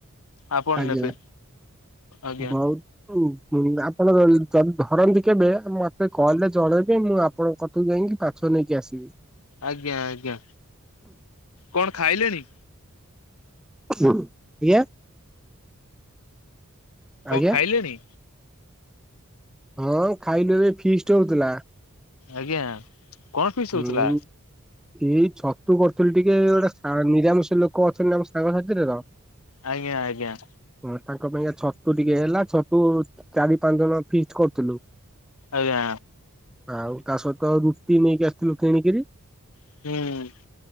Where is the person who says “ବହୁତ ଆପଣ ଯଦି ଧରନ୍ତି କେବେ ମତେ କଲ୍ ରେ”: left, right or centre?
Centre